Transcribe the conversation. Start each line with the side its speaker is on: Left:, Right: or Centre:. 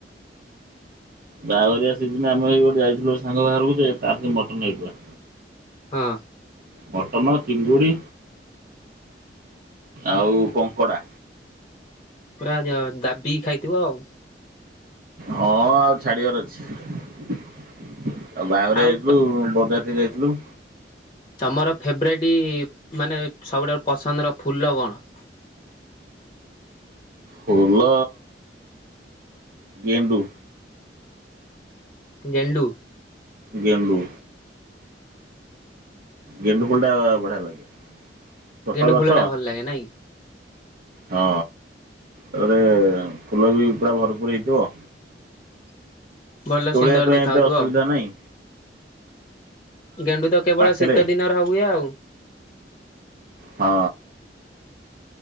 Right: ବାଘରିଆ ସିଜିନି ଆମେଇ ଗୋଟେ ଯାଇଥିଲୁ ଗୋଟେ ସାଙ୍ଗ ବାହାରକୁ ଯେ ତା ପାଇଁ ମଟନ ହେଇଥିବ।
Left: ହଁ।
Right: ମଟନ ଚିଙ୍ଗୁଡ଼ି ଆଉ କଙ୍କଡ଼ା।
Left: ପୁର ଯ ଦାବିକି ଖାଇଥିବ ଆଉ।
Right: ହଁ ଆଉ ଛାଡିବାର ଅଛି ଆଉ ବାହାଘରେ
Left: ଆଉ
Right: ଯାଇଥିଲୁ ବ ତ୍ରୀ ଯାଇଥିଲୁ।
Left: ତମର ଫେବରାଇଟ୍ ମାନେ ସବୁଠାରୁ ପସନ୍ଦର ଫୁଲ କଣ?
Right: ଫୁଲ ଗେଣ୍ଡୁ।
Left: ଗେଣ୍ଡୁ।
Right: ଗେଣ୍ଡୁ। ଗେଣ୍ଡୁ ମଣ୍ଡା ବଢ଼ିଆ ଲାଗେ। ଛୋଟ
Left: ଗେଣ୍ଡୁ
Right: ଗଛ
Left: ଫଲଟା ଭଲ ଲାଗେ ନାଇଁ।
Right: ହଁ ତାପରେ ଫୁଲ ବି ପୁରା ଭରପୁର ହେଇଥିବ
Left: ଭଲ
Right: ତୋଳିବା
Left: ସୁନ୍ଦର
Right: ପାଇଁ
Left: ଦେଖା
Right: ଏତେ
Left: ହାଉଥିବ
Right: ଅସୁବିଧା
Left: ଆଉ
Right: ନାହିଁ।
Left: ଗେଣ୍ଡୁ ତ କେବଳ
Right: ପାଖରେ
Left: ଶୀତ ଦିନର ହୁଏ ଆଉ।
Right: ହଁ।